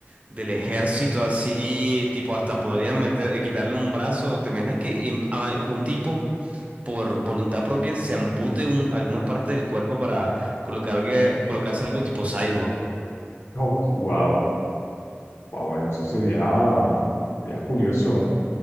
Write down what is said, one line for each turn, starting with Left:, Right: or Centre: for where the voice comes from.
Right: del ejército así, tipo hasta podrían meter, eh, quitarle un brazo. ¿Te imaginas que em, a- un tipo por voluntad propia se ampute un- alguna parte del cuerpo para colocarle, colocarse algo tipo cyborg.
Left: Oh, wow, wow, bueno, eso sería, sería curioso.